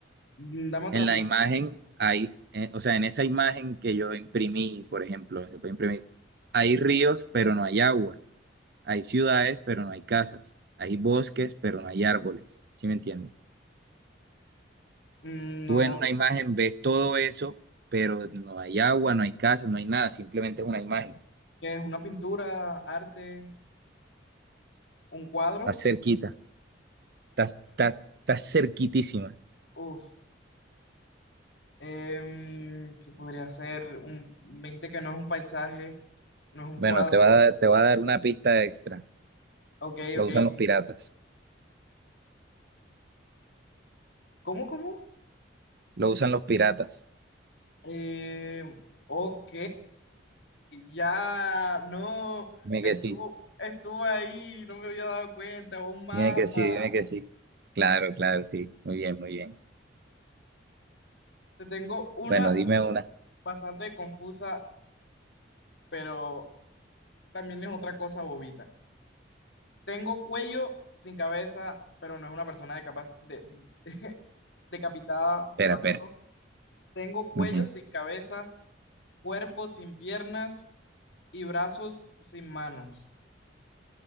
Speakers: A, on the left; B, on the right.
A: Mm, Dame otra
B: En la
A: pista.
B: imagen hay, eh, o sea, en esa imagen que yo imprimí, por ejemplo, se puede imprimir, hay ríos pero no hay agua Hay ciudades, pero no hay casas. Hay bosques, pero no hay árboles. ¿Sí me entiendes?
A: Mm, No,
B: Tú en una imagen ves todo eso, pero no hay agua, no hay casa, no hay nada. Simplemente es una imagen.
A: ¿qué es? ¿Una pintura, arte, un cuadro?
B: Estás cerquita. Estás, estás, estás cerquitísima.
A: Uf, em, ¿qué podría ser? Un, me dijiste que no es un paisaje, no es un
B: Bueno,
A: cuadro.
B: te va a dar, te va a dar una pista extra.
A: Ok,
B: Lo
A: ok,
B: usan los piratas.
A: ¿Cómo, cómo?
B: Lo usan los piratas.
A: Eh, ok, ya, no,
B: Dime
A: estuvo,
B: que sí.
A: estuvo ahí, no me había dado cuenta, un mapa.
B: Dime que sí. Dime que sí. Claro, claro, sí. Muy bien, muy bien.
A: Te tengo una
B: Bueno, dime una.
A: bastante confusa, pero también es otra cosa bobita. Tengo cuello sin cabeza, pero no es una persona de capaz de, <laughs> decapitada,
B: Espera,
A: te lo acabo.
B: espera.
A: Tengo cuello
B: Ujú.
A: sin cabeza, cuerpo sin piernas y brazos sin manos.